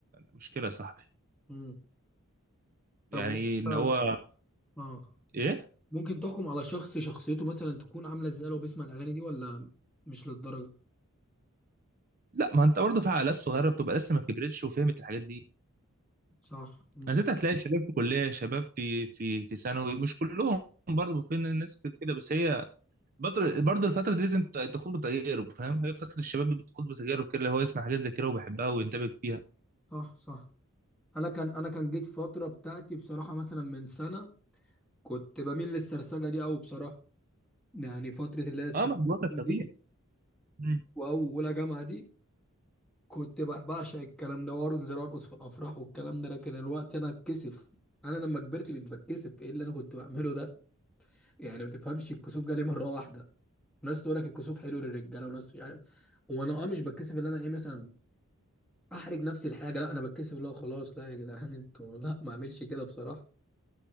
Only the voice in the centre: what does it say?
مم. طب
آه
آه.
ممكن تحكم على شخص شخصيته مثلا تكون عاملة إزاي لو بيسمع الأغاني دي ولا مش للدرجة
صح مم.
صح صح أنا كان أنا كان جيت فترة بتاعتي بصراحة مثلا من سنة كنت بميل للسرسجة دي أوي بصراحة يعني فترة اللي هي الثانوية
دي
وأولى جامعة دي كنت ب- بعشق الكلام ده وارون زي ارقص في الافراح والكلام ده لكن الوقت انا اتكسف انا لما كبرت بقيت بتكسف ايه اللي انا كنت بعمله ده يعني ما تفهمش الكسوف جالي مره واحده ناس تقول لك الكسوف حلو للرجاله وناس مش عارف وانا اه مش بتكسف اللي انا ايه مثلا احرج نفسي الحاجه لا انا بتكسف اللي هو خلاص لا يا جدعان انتوا لا ما اعملش كده بصراحه